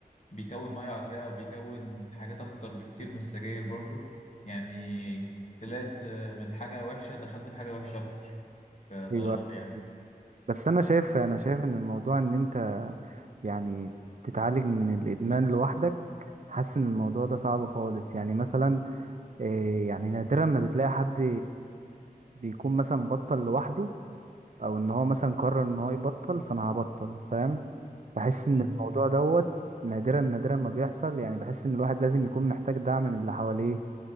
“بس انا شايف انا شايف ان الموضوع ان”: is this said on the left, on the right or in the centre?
Right